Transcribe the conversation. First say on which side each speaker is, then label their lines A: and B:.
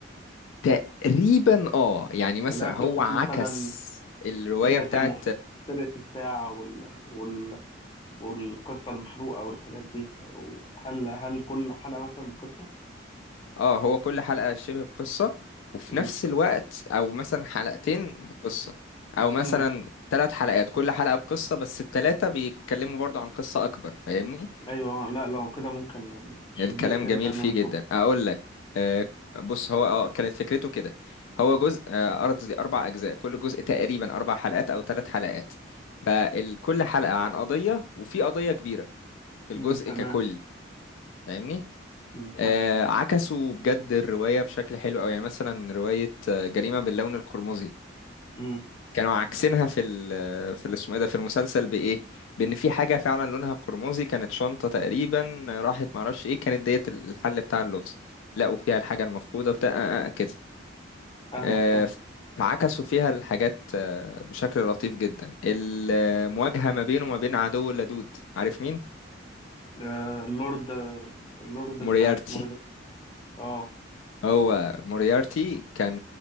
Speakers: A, on the left; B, on the left.
A: تقريبا اه يعني مثلا
B: اللي هي قصه
A: هو عكس
B: مثلا
A: الرواية
B: سرقه
A: بتاعة
B: المف سرقه الساعه وال... وال... والقصه المحروقه والحاجات دي هل هل كل حلقه مثلا بقصه
A: اه هو كل حلقة شبه بقصة وفي
B: امم
A: نفس الوقت او مثلا حلقتين بقصة او مثلا
B: امم
A: ثلاث حلقات كل حلقة بقصة بس الثلاثة بيتكلموا برضو عن قصة اكبر فاهمني
B: ايوه لا لو كده ممكن يعني شدتني
A: الكلام جميل
B: انت ان
A: فيه
B: انا
A: جدا
B: اشوف
A: اقول لك آه، بص هو اه كانت فكرته كده هو جزء آه، ارض دي اربع اجزاء كل جزء تقريبا اربع حلقات او ثلاث حلقات فكل حلقة عن قضية وفي قضية كبيرة في
B: امم
A: الجزء
B: تمام
A: ككل فاهمني
B: امم
A: آه،
B: فاهم
A: عكسوا بجد الرواية بشكل حلو أوي يعني مثلا رواية آه، جريمة باللون القرمزي
B: امم
A: كانوا عاكسينها في ال في ال- اسمه ايه ده في المسلسل بإيه؟ بإن في حاجة فعلا لونها قرمزي كانت شنطة تقريبا آه، راحت معرفش إيه كانت ديت الحل بتاع اللغز لقوا فيها الحاجة المفقودة بتاع آه آه آه، كده
B: فاهمك
A: آه،
B: فاهم
A: فعكسوا فيها الحاجات آه، بشكل لطيف جدا المواجهة
B: مم.
A: ما بينه وما بين عدو اللدود عارف مين؟
B: آه اللورد اللورد بتاع
A: موريارتي
B: اسمه ايه ده اه
A: هو موريارتي كان